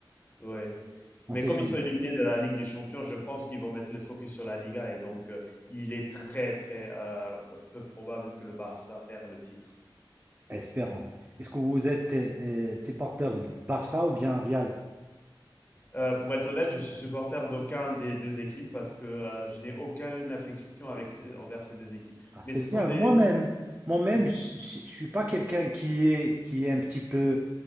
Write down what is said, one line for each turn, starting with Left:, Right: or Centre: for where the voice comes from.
Left: Champions. Ouais.
Right: On
Left: Mais
Right: ne sait
Left: comme
Right: jamais.
Left: ils sont éliminés de la Ligue des Champions, je pense qu'ils vont mettre le focus sur la Liga et donc euh, il est très, très euh, peu probable que le Barça perd le titre.
Right: Espérons. Est-ce que vous êtes euh, supporter de Barça ou bien Real?
Left: Euh, pour être honnête, je suis supporter d'aucun des deux équipes parce que euh, je n'ai aucune affection avec ces- envers ces deux équipes.
Right: Ah, c'est
Left: Mais ce sont
Right: bien.
Left: des.
Right: Moi-même, moi-même,
Left: Mm,
Right: je ne suis pas quelqu'un qui est, qui est un petit peu,